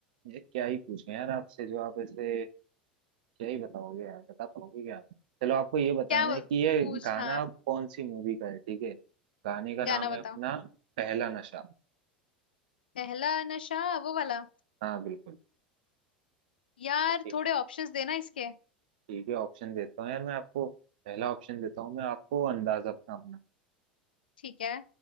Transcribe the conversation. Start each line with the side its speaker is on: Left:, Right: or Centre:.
Right: ये क्या ही पूछें यार आपसे जो आप ऐसे क्या ही बताओगे यार बता पाओगे क्या आप चलो आपको ये बताना
Left: क्या बोल-
Right: है कि ये
Left: पूछ
Right: गाना
Left: हाँ
Right: कौन सी मूवी का है ठीक है गाने का नाम
Left: गाना बताओ
Right: है अपना पहला नशा
Left: पहला नशा वो वाला
Right: हाँ बिल्कुल
Left: यार
Right: ठीक
Left: थोड़े
Right: है
Left: ऑप्शंस देना इसके
Right: ठीक है ऑप्शन देता हूँ यार मैं आपको पहला ऑप्शन देता हूँ मैं आपको अंदाज अपना
Left: ठीक है